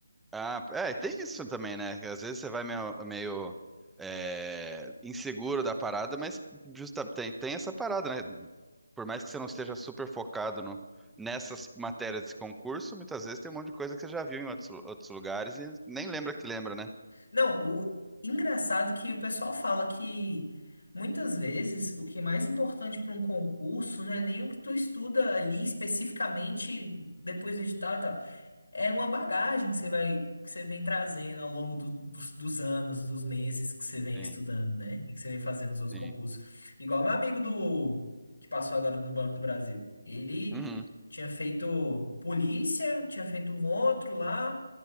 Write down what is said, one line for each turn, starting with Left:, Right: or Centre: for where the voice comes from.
Centre: Ah, é, tem isso também, né? Às vezes você vai meio, meio é, inseguro da parada, mas justa, tem, tem essa parada, né? Por mais que você não esteja super focado no, nessas matérias desse concurso, muitas vezes tem um monte de coisa que você já viu em outros, outros lugares e nem lembra que lembra, né?
Left: Não, o engraçado que o pessoal fala que muitas vezes o que é mais importante para um concurso não é nem o que tu estuda ali especificamente depois do edital e tal. É uma bagagem que você vai, que você vem trazendo ao longo do- dos, dos anos, dos meses que você vem
Centre: Sim,
Left: estudando, né? E que você vem fazendo os outros
Centre: sim.
Left: concursos. Igual meu amigo do que passou agora no Banco do Brasil. Ele
Centre: Uhum,
Left: tinha feito polícia, tinha feito um outro lá,